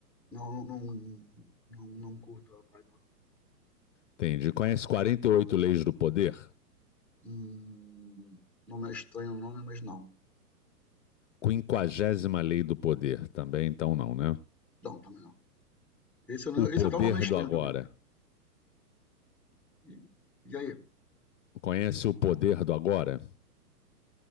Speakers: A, in the centre; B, on the left.
A: Não, não, não, não, não, não curto a vibe.
B: Entendi. Conhece 48 Leis do Poder?
A: Hum, nome é estranho o nome, mas não.
B: Quinquagésima Lei do Poder também, então não, né?
A: Não, também não. Esse, eu não-
B: O
A: esse
B: Poder
A: Não, até o nome é estranho
B: do Agora.
A: também. E, e aí?
B: Conhece O Poder do Agora?